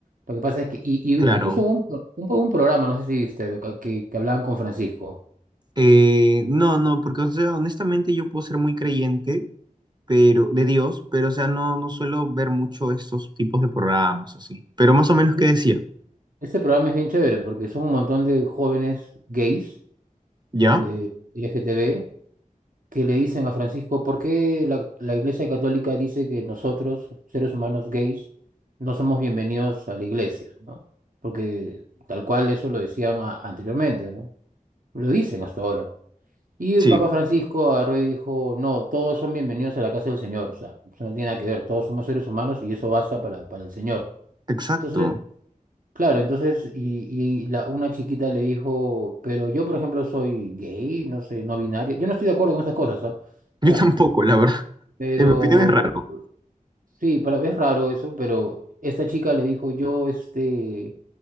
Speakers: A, on the right (about 75°); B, on the right (about 30°).
A: Lo que pasa es que, y, y
B: Claro.
A: incluso hubo un, pro- un, un programa, no sé si viste, que, que hablaban con Francisco.
B: Eh, no, no, porque o sea, honestamente yo puedo ser muy creyente pero de Dios, pero o sea, no, no suelo ver mucho esos tipos de programas así. Pero más o menos
A: E-
B: qué decía,
A: Este programa es bien chévere porque son un montón de jóvenes gays,
B: ¿ya?
A: eh, LGTB, que le dicen a Francisco, ¿por qué la, la Iglesia Católica dice que nosotros, seres humanos gays, no somos bienvenidos a la iglesia, ¿no? Porque tal cual eso lo decían a- anteriormente, ¿no? Lo dicen hasta ahora. Y el
B: Sí,
A: Papa Francisco agarró y dijo, no, todos son bienvenidos a la casa del Señor. O sea, eso no tiene nada que ver, todos somos seres humanos y eso basta para, para el Señor.
B: exacto.
A: Entonces, claro, entonces, y, y la, una chiquita le dijo, pero yo, por ejemplo, soy gay, no sé, no binario. Yo no estoy de acuerdo con esas cosas, ¿ah?
B: Yo
A: Ojo.
B: tampoco, la verdad. <laughs>
A: Pero
B: En mi opinión es raro,
A: sí, para, es raro eso, pero esta chica le dijo, yo, este